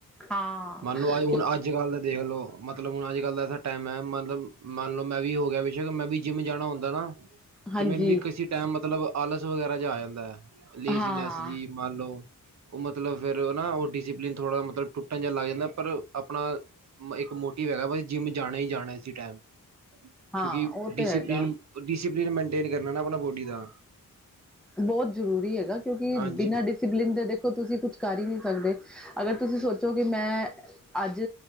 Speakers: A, in the centre; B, on the right.
A: ਹਾਂ,
B: ਮੰਨ ਲਓ, ਅੱਜ ਹੁਣ, ਅੱਜ ਕੱਲ੍ਹ ਦਾ ਦੇਖ ਲੋ। ਮਤਲਬ ਹੁਣ ਅੱਜ ਕੱਲ ਦਾ ਐਸਾ ਟਾਈਮ ਹੈ, ਮਤਲਬ ਮੰਨ ਲਓ, ਮੈਂ ਵੀ ਹੋ ਗਿਆ ਬੇਸ਼ੱਕ, ਮੈਂ ਵੀ ਜਿੰਮ ਜਾਣਾ ਹੁੰਦੈ ਨਾ।
A: ਹਾਂਜੀ,
B: ਤੇ ਮੈਨੂੰ ਵੀ ਕਿਸੇ ਟਾਈਮ ਮਤਲਬ, ਆਲਸ ਵਗੈਰਾ ਜਿਹਾ ਆ ਜਾਂਦਾ ਹੈ ਲੇਜੀਨੈਸ
A: ਹਾਂ,
B: ਜੀ। ਮੰਨ ਲੋ, ਉਹ ਮਤਲਬ ਫਿਰ ਉਹ ਨਾ, ਉਹ ਡਿਸਿਪਲਿਨ ਥੋੜਾ ਮਤਲਬ, ਟੁੱਟ। ਟੁੱਟਣ ਜਾ ਲੱਗਦੈ ਪਰ ਆਪਣਾ ਇੱਕ ਮੋਟਿਵ ਹੈਗਾ ਬਈ ਜਿਮ ਜਾਣਾ ਹੀ ਜਾਣਾ ਇਸੇ ਟਾਈਮ।
A: ਹਾਂ
B: ਕਿਉਂਕਿ
A: ਉਹ
B: ਡਿਸਿਪਲੀਨ,
A: ਤੇ ਹੈਗਾ।
B: ਡਿਸਿਪਲਿਨ ਮੇਨਟੇਨ ਕਰਨਾ ਨਾ ਆਪਣਾ ਬੋਡੀ ਦਾ।
A: ਬਹੁਤ ਜ਼ਰੂਰੀ ਹੈਗਾ, ਕਿਉਂਕਿ
B: ਹਾਂਜੀ
A: ਬਿਨਾਂ ਡਿਸਪਲਿਨ ਦੇ ਦੇਖੋ, ਤੁਸੀਂ ਕੁਛ। ਕਰ ਹੀ ਨਹੀਂ ਸਕਦੇ, ਅਗਰ ਤੁਸੀਂ ਸੋਚੋ ਕਿ, ਮੈਂ। ਅੱਜ